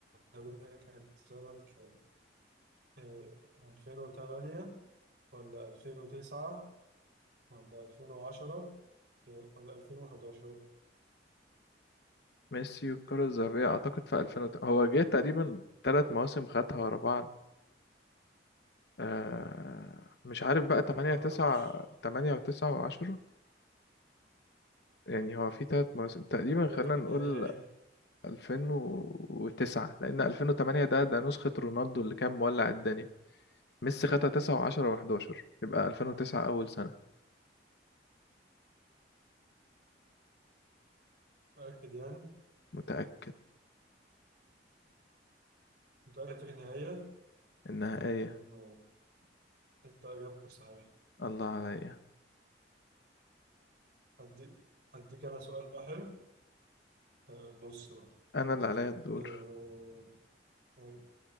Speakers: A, on the right (about 60°); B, on the left (about 65°).
A: الذهبية كانت سنة كام؟ آه 2008 ولا 2009 ولا 2010 ولا 2011
B: ميسي والكرة الذهبية أعتقد في 2000 وت- هو جه تقريبا تلات مواسم خدها ورا بعض آه مش عارف بقى
A: ما
B: تمانية
A: اعرفش
B: تسعة تمانية وتسعة وعشرة يعني هو في تلات مواسم تقريبا
A: انت اجابتك
B: خلينا نقول
A: النهائية ايه؟
B: 2009 لأن 2008 ده ده نسخة رونالدو اللي كان مولع الدنيا ميسي خدها 9 و10 و11 يبقى 2009 أول سنة
A: متأكد يعني؟
B: متأكد
A: انت اجابتك النهائية؟
B: النهائية
A: أم- انت اجابتك صحيحة
B: الله عليا
A: هديك هديك انا سؤال بقى حلو أه، بص بقى
B: أنا اللي عليا الدور
A: اه آه،